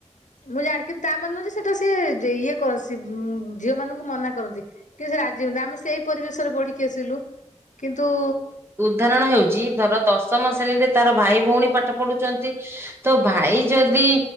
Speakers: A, on the left; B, on the right.
A: ମୁଁ ଜାଣି କିନ୍ତୁ ତା ମାନେ ନୁହଁ ଯେ ସେଟା ସିଏ ଯେ ଇଏ କ ସି ଉଁ ଝିଅମାନୁଙ୍କୁ ମନା କରନ୍ତି। କି ସେ ରାଜି ହୁଅନ୍ତି ଆମେ ସେଇ ପରିବେଶରେ ବଢିକି ଆସିଲୁ କିନ୍ତୁ
B: ତରଣ ହଉଚି ଧର ଦଶମ ଶ୍ରେଣୀରେ ତାର ଭାଇ ଭଉଣୀ ପାଠ ପଢୁଚନ୍ତି ତ ଭାଇ ଯଦି